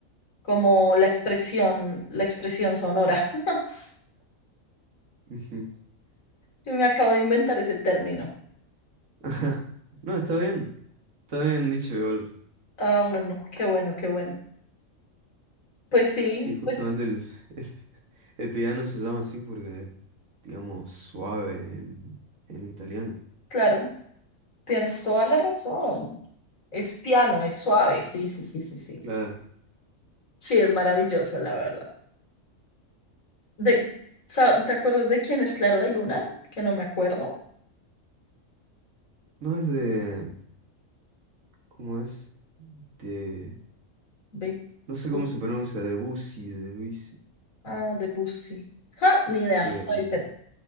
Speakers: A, on the left; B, on the right.
A: Como la expresión, la expresión sonora. <laughs>
B: Ujú.
A: Yo me acabo de inventar ese término.
B: <laughs> Ajá. No, está bien. Está bien dicho, igual.
A: Ah, bueno, qué bueno, qué bueno. Pues sí,
B: Sí, justamente
A: pues
B: el, el, el piano se llama así porque es, digamos, suave en, en italiano.
A: claro. Tienes toda la razón. Es piano, es suave. Sí, sí, sí, sí, sí.
B: Claro.
A: Sí, es maravilloso, la verdad. De, sa- ¿te acuerdas de quién es Claro de Luna? Que no me acuerdo.
B: No es de... ¿Cómo es? De...
A: Be-
B: No sé
A: Bu-
B: cómo se pronuncia, Debussy, Debussy,
A: ah, de Bussi. Ja, ni idea,
B: creo.
A: puede ser.